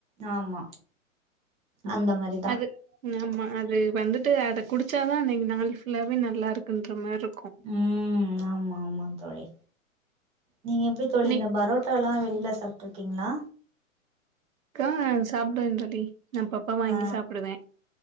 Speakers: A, on the right; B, on the right.
A: ஆமா அந்த மாரிதா
B: அது ஆமா அது வந்துட்டு அத குடிச்சாதா அன்னைக்கு நாள் ஃபுல்லாவே நல்லா இருக்குன்ற மாரி இருக்கு
A: ம் ஆ மா ஆமா தோழி நீங்க எப்டி தோழி
B: நீ
A: இந்த பரோட்டால்லா வெளில சாப்டு இருக்கீங்களா
B: க் ஆ சாப்டுவே தோழி நா அப்பப்ப வாங்கி
A: ஆ
B: சாப்புடுவே